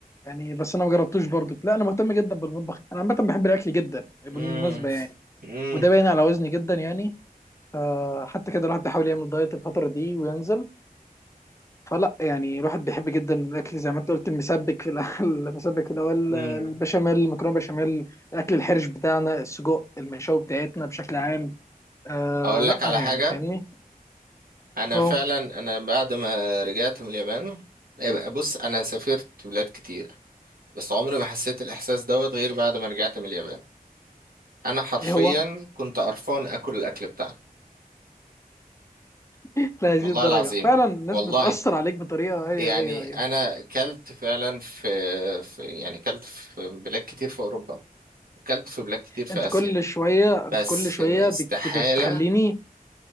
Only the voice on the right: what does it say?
امم
امم
امم
اقول
لك على
حاجة
انا
فعلا انا بعد ما رجعت من اليابان يبقى بص انا سافرت بلاد كتير بس عمري ما حسيت الاحساس دوت غير بعد ما رجعت من اليابان انا حرفيا
كنت قرفان اكل الاكل بتاعنا
والله
العظيم
والله
يعني
انا كلت فعلا في, في يعني كلت في بلاد كتير في اوروبا كلت في بلاد كتير في
اسيا
بس
م- استحالة